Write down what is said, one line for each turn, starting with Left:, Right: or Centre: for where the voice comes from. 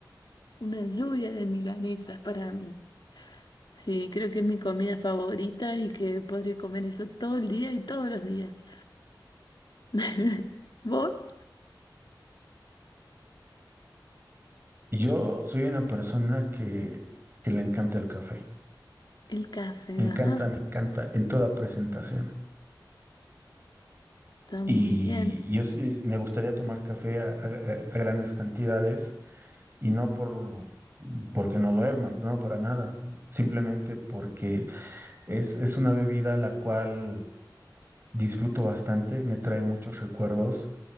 Left: Una lluvia de milanesas para mí. Sí, creo que es mi comida favorita y que podría comer eso todo el día y todos los días. <laughs> ¿Vos?
Right: Yo soy una persona que, que le encanta el café.
Left: El café,
Right: Me encanta,
Left: ajá,
Right: me encanta en toda presentación.
Left: está muy
Right: Y
Left: bien.
Right: yo sí- me gustaría tomar café a, a- a grandes cantidades y no por porque no duerman, no para nada. Simplemente porque es, es una bebida la cual disfruto bastante, me trae muchos recuerdos